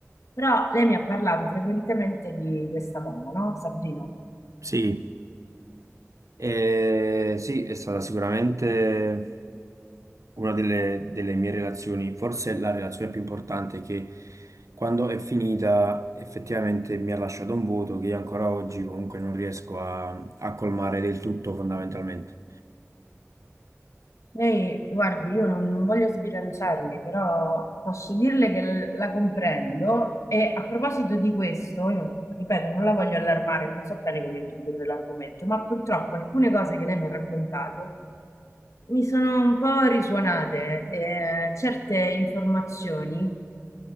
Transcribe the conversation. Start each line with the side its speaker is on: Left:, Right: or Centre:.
Left: Però lei mi ha parlato frequentemente di questa donna, no? Sabrina.
Right: Sì, eh, sì, è stata sicuramente una delle, delle mie relazioni, forse la relazione più importante che quando è finita effettivamente mi ha lasciato un vuoto che io ancora oggi comunque non riesco a, a colmare del tutto fondamentalmente.
Left: Lei, guardi, io non, non voglio sbilanciarmi, però posso dirle che l- la comprendo e a proposito di questo, io non- ripeto, non la voglio allarmare, non so bene come introdurre l'argomento, ma purtroppo alcune cose che lei mi ha raccontato mi sono un po' risuonate, eh, certe informazioni